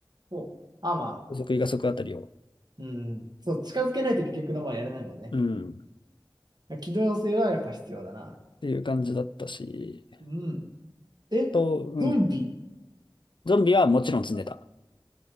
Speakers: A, on the right; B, on the left.
A: そう。ああ、まあ。
B: 補足イカ足あたりを。
A: うん。そう、近づけないと結局の場合やれないもんね。
B: うん。っ
A: 機動性はやっぱ必要だな。
B: ていう感じだったし、
A: うん。え、
B: と、うん。
A: ゾンビ。
B: ゾンビはもちろん積んでた。